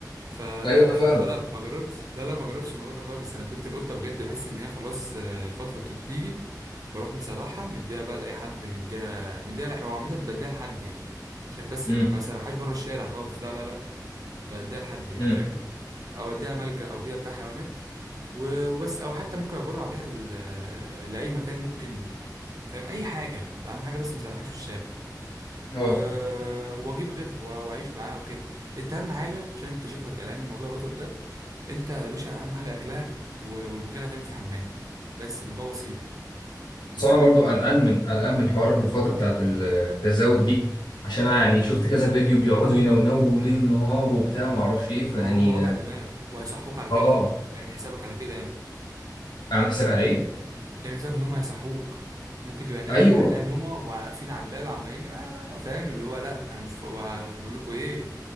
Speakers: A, on the right (about 55°); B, on the left (about 85°).
A: ف...
B: ايوه فعلا
A: فلا ما جربتش لا لا ما جربتش الموضوع ده خالص انا كنت القطه بجد بحس ان هي خلاص آه، الفتره بت- بتيجي بروح مسرحها مديها بقى لاي حد مديها مديها لا هو عامه بديها لحد يعني عشان بس
B: امم
A: ما, ما سرحهاش بره الشارع خالص لا لا لا بديها لحد يعني
B: امم
A: فاهم او اديها ملجأ او كده بتاع حيوانات و- وبس او حتى ممكن اتبرع بيها ل- لاي مكان ممكن فاهم اي حاجه اهم حاجه بس ما سرحهاش في الشارع
B: اه
A: و... واجيب غيرها و- واعيش معاها وكده انت اهم حاجه عشان انت شكلك قلقان من موضوع القطط ده انت يا باشا اهم حاجه اكلها و- والمكان اللي هتعمل فيه حمام بس الموضوع بسيط انت
B: بس
A: فاهم
B: انا برضو قلقان من قلقان من حوار الفتره بتاعت التزاوج دي عشان انا يعني شفت كذا فيديو بيقعدوا ينونوا ليل نهار وبتاع ما اعرفش ايه فيعني
A: ما هو وجع دماغ وهيصحوك على فكره
B: اه
A: اعمل حسابك على كده يعني
B: اعمل حساب على ايه
A: اعمل حسابك ان هم هيصحوك ممكن تبقى نايم
B: ايوه
A: من احلى نومه وواقفين على الباب عمالين "آه، آه", فاهم اللي هو لا انا مش فوق أنا بقول لكم ايه